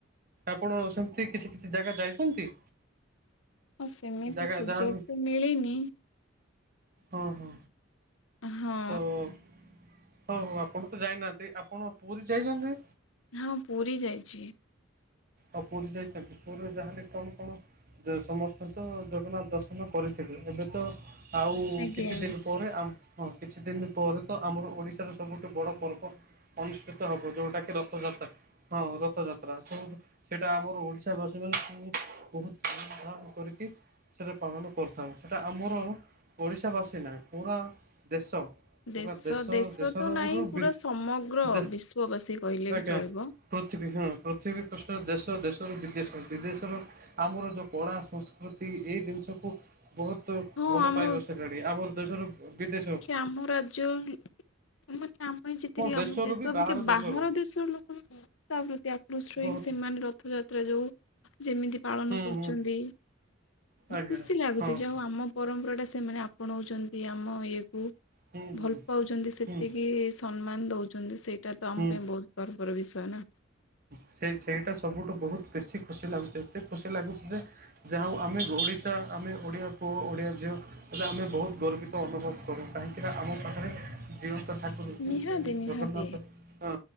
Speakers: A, on the right (about 45°); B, on the left (about 75°).
A: ଆପଣ ସେମିତି କିଛି କିଛି ଜାଗା ଯାଇଛନ୍ତି?
B: ହଁ ସେମିତି
A: ଜାଗା
B: ସୁଯୋଗ
A: ଯାହାହେଲେ ବି
B: ତ ମିଳିନି।
A: ହଁ ହଁ
B: ହଁ
A: ତ ହଉ ହଉ ଆପଣ ତ ଯାଇନାହାନ୍ତି, ଆପଣ ପୁରୀ ଯାଇଥିଲେ?
B: ହଁ ପୁରୀ ଯାଇଛି।
A: ଆଉ ପୁରୀ ଯାଇଛନ୍ତି ପୁରୀରେ ଯାହେଲେ କଣ କଣ? ଯେ ସମସ୍ତେ ତ ଜଗନ୍ନାଥ ଦର୍ଶନ କରିଥିବେ ଏବେ ତ ଆଉ
B: ଆଜ୍ଞା
A: କିଛି ଦିନ ପରେ ଆମ ହଁ କିଛି ଦିନ ପରେ ତ ଆମର ଓଡ଼ିଶାରେ ସବୁଠୁ ବଡ଼ ପର୍ବ ଅନୁଷ୍ଠିତ ହବ ଯୋଉଟା କିି ରଥଯାତ୍ରା ହଁ ରଥଯାତ୍ରା ସବୁ ସେଇଟା ଆମର ଓଡ଼ିଶାବାସୀ ମାନଙ୍କୁ ବହୁତ ଧା କରିକି ସେଟା ପାଳନ କରିଥାଉ ସେଟା ଆମର ଓଡ଼ିଶା ବାସୀ ନାହିଁ ପୁରା ଦେଶ ପୁରା
B: ଦେଶ ଦେଶ
A: ଦେଶରୁ
B: ତ ନାହିଁ
A: ବି
B: ପୁରା ସମଗ୍ର
A: ଦେ
B: ବିଶ୍ଵବାସୀ କହିଲେ
A: ଆଜ୍ଞା
B: ବି ଚଳିବ।
A: ପୃଥିବୀ ହଁ ପୃଥିବୀ ପୃ ଷ୍ଠ ଦେଶ ଦେଶରୁ ବିଦେଶ ବିଦେଶର ଆମର ଯୋଉ କଳା ସଂସ୍କୃତି ଏଇ ଜିନିଷକୁ ବହୁତ
B: ହଁ
A: ଭଲ
B: ଆମ
A: ପାଇବସି ଲେଣି ଆମର ଦେଶରୁ ବିଦେଶ
B: ଆମର ଯୋଉ ମାନେ ଆମେ ଯେତିକି
A: ଦେଶରୁ
B: ଆମ ଦେଶ
A: ବି
B: ଅପେକ୍ଷା
A: ଦେଶରୁ
B: ବାହାର ଦେଶର ଲୋକ ତା ପ୍ରତି ଆକୃଷ୍ଟ
A: ବହୁତ
B: ହେଇକି ସେମାନେ ରଥଯାତ୍ରା ଯୋଉ ଯେମିତି ପାଳନ
A: ହୁଁ
B: କରୁଛନ୍ତି
A: ହୁଁ ଆଜ୍ଞା
B: ଖୁସି ଲାଗୁଛି
A: ହଁ
B: ଯା
A: ସ
B: ହଉ ଆ ଆମ ପରମ୍ପରା ଟା ସେମାନେ ଆପଣାଉଛନ୍ତି ଆମ ଇଏକୁ।
A: ହୁଁ ହୁଁ
B: ଭଲ ପାଉଛନ୍ତି ସେତିକି
A: ହୁଁ
B: ସମ୍ମାନ ଦଉଛନ୍ତି ସେଇଟା ତ ଆମ
A: ହୁଁ
B: ପାଇଁ ବହୁତ ଗର୍ବର ବିଷୟ ନା।
A: ସେ ସେଇଟା ସବୁଠୁ ବହୁତ ବେଶୀ ଖୁସି ଲାଗୁଛି ଏତେ ଖୁସି ଲାଗୁଛି ଯେ ଯାହା ହଉ ଆମେ ଓଡ଼ିଶା ଆମେ ଓଡ଼ିଆ ପୁଅ ଓଡ଼ିଆ ଝିଅ ସେଟା ଆମେ ବହୁତ ଗର୍ବିତ ଅନୁଭବ କରୁ କାହିଁକି ନା ଆମ ପାଖରେ ଜିଅନ୍ତା ଠାକୁର ହେଉଚି
B: ନିହାତି
A: ସେ
B: ନିହାତି।
A: ଜଗନ୍ନାଥ ହଁ